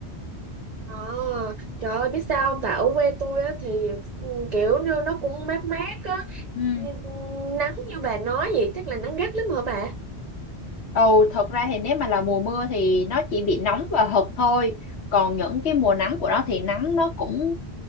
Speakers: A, on the right; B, on the left.
A: ờ, trời ơi, biết sao không? Tại ở quê tôi á thì ừ, kiểu như nó cũng mát mát á,
B: ừ
A: nhưng nắng như bà nói vậy chắc là nắng gắt lắm hả bà?
B: ồ thật ra thì nếu mà là mùa mưa thì nó chỉ bị nóng và hật thôi còn những cái mùa nắng của nó thì nắng nó cũng